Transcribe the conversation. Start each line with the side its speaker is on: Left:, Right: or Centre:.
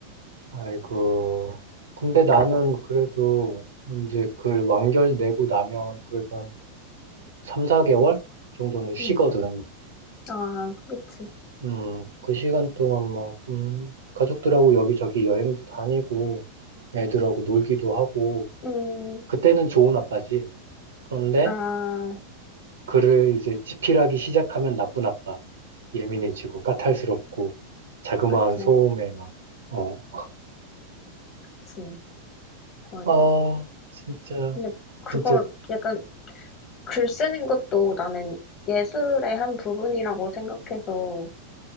Right: 아이고. 근데 나는 그래도 이제 그 완결 내고 나면 그래도 한 3, 4개월 정도는 쉬거든.
Left: 음, 아 그치.
Right: 음, 그 시간 동안 막, 음, 가족들하고 여기저기 여행도 다니고, 애들하고 놀기도 하고,
Left: 음,
Right: 그때는 좋은 아빠지. 그런데
Left: 아
Right: 그를 이제 집필하기 시작하면 나쁜 아빠. 예민해지고, 까탈스럽고, 자그마한
Left: 그치,
Right: 소음에 막, 어,
Left: 그치 맞아.
Right: 아, 진짜,
Left: 근데 그거
Right: 진짜,
Left: 약간 글 쓰는 것도 나는 예술의 한 부분이라고 생각해서